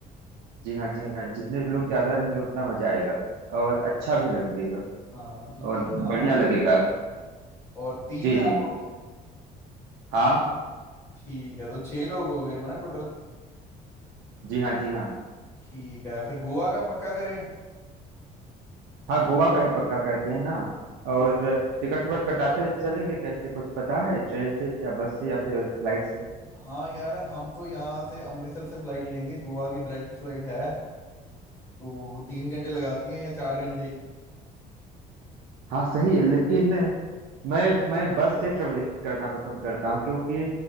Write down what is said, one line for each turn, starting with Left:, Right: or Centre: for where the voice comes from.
Right: जी हाँ जी हाँ जितने लोग ज्यादा रहेंगे उतना मजा आएगा और अच्छा भी लगेगा
Left: हाँ तो तीन
Right: और
Left: हम
Right: बढ़िया
Left: हो
Right: लगेगा
Left: गए और तीन
Right: जी
Left: ही आप
Right: जी
Left: हो
Right: हाँ
Left: ठीक है तो छह लोग हो गए माना टोटल
Right: जी हाँ जी हाँ
Left: ठीक है फिर गोवा का पक्का करें
Right: हाँ गोवा का ही पक्का करते हैं ना
Left: कुछ
Right: और टिकट
Left: हम्म,
Right: विकट कटाते हैं चलेंगे कैसे कुछ पता है ट्रेन से या बस से या फिर फ्लाइट से
Left: हाँ यार हम तो यहाँ से अमृतसर से फ्लाइट लेंगे गोवा की डायरेक्ट फ्लाइट है तो वो तीन घंटे लगाती है या चार घंटे
Right: हाँ सही है लेकिन मैं मैं बस से ट्रेवलिंग करना पसंद करता हूँ क्योंकि